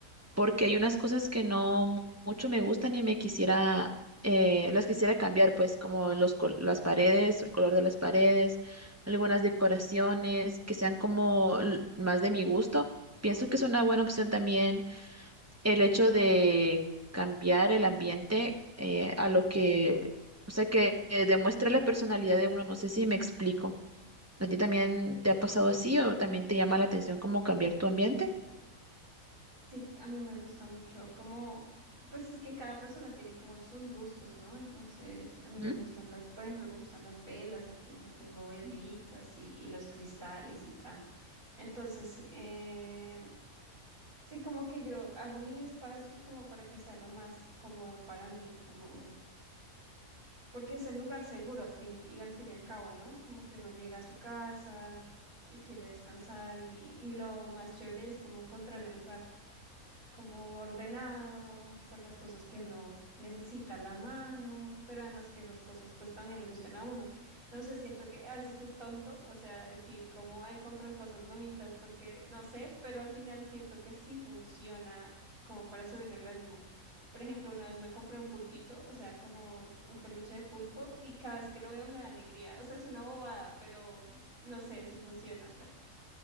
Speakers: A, on the right; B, on the right.
A: porque hay unas cosas que no mu- mucho me gustan y me quisiera, eh, las quisiera cambiar, pues como los, col- las paredes, el color de las paredes, algunas decoraciones que sean como l- más de mi gusto. Pienso que es una buena opción también el hecho de cambiar el ambiente eh, a lo que, o sea, que eh, demuestre la personalidad de uno. No sé si me explico. ¿A ti también te ha pasado así o también te llama la atención cómo cambiar tu ambiente?
B: Sí, a mí me gusta mucho como, pues es que cada persona tiene como sus gustos, ¿no? Entonces, a mí
A: ¿Mm?
B: me gustan las, por ejemplo, me gustan las velas, entonces tengo velitas y, y los cristales y tal. Entonces, eh, sí, como que yo hago mi espacio como para que sea lo más cómodo para mí, como, porque es el lugar seguro al fin y al fin y al cabo, ¿no? Como que uno llega a su casa y quiere descansar y, y lo más chévere es como encontrar el lugar como ordenado, con las cosas que uno necesita a la mano, pero además que esas cosas pues también le gusten a uno. No sé, siento que a veces es tonto, o sea, decir como hay comprar cosas bonitas porque no sé, pero al final siento que sí funciona como para subirle el ánimo. Por ejemplo, una vez me compré un pulpito, o sea, como un peluche de pulpo, y cada vez que lo veo me da alegría. O sea, es una bobada, pero no sé si funciona.